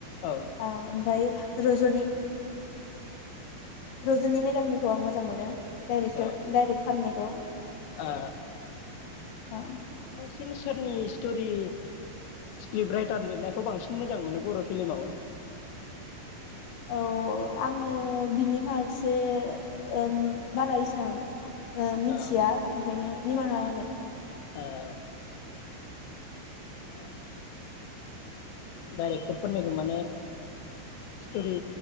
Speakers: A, on the left; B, on the left.
A: औ
B: ओमफ्राय। रजनि रजनि मेदामनिखौ आं मोजां मोनो। डाइरेक्टर
A: औ
B: डाइरेक्ट खामनायखौ
A: ओ
B: औ।
A: सोर नि स्टरि स्क्रिप राइटार लिरनायखौ बांसिन मोजां मोनो बर फिल्माव?
B: औ अ आङो बिनिफारसे ओम बारा एसां। मिथिया
A: ओ
B: ओंखायनो निमाहा हागोन।
A: ओ। <inaudible> डाइरेक्टरफोरनिखौ माने स्टरि